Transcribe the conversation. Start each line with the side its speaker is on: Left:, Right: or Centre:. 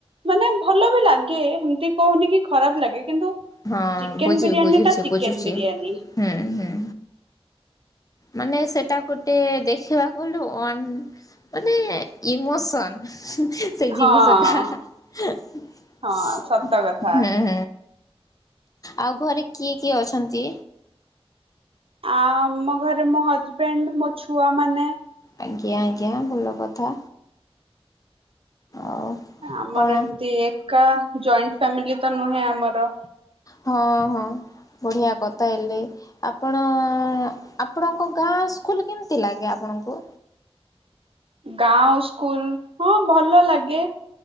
Right: ମାନେ ଭଲ ବି ଲାଗେ ହେମତି କହୁନି କି ଖରାପ ଲାଗେ କିନ୍ତୁ
Left: ହଁ
Right: ଚିକେନ
Left: ବୁଝି
Right: ବିରିୟାନୀ
Left: ବୁଝୁଚି
Right: ଟା ଚିକେନ
Left: ବୁଝୁଚି
Right: ବିରିୟାନୀ
Left: ହୁଁ ହୁଁ। ମାନେ ସେଟା ଗୋଟେ ଦେଖିବାକୁ ଗଲେ ଅନ୍ ମାନେ ଇମୋସନ୍ ସେଇ ଜିନିଷଟା
Right: ହଁ
Left: ହୁଁ
Right: ହଁ ସତ କଥା
Left: ହୁଁ ଆଉ ଘରେ କିଏ କିଏ ଅଛନ୍ତି?
Right: ଆମ ଘରେ ମୋ ହଜବେଣ୍ଡ ମୋ ଛୁଆମାନେ
Left: ଆଜ୍ଞା ଆଜ୍ଞା ଭଲ କଥା ଆଉ
Right: ଆମର
Left: କଣ
Right: ଏମତି ଏକା ଜଏଣ୍ଟ ଫ୍ୟାମିଲି ତ ନୁହେଁ ଆମର
Left: ହଁ ହଁ ବଢିଆ କଥା ହେଲେ ଆପଣ ଆପଣଙ୍କ ଗାଁ ସ୍କୁଲ କେମତି ଲାଗେ ଆପଣଙ୍କୁ?
Right: ଗାଁ ଓ ସ୍କୁଲ ହଁ ଭଲ ଲାଗେ।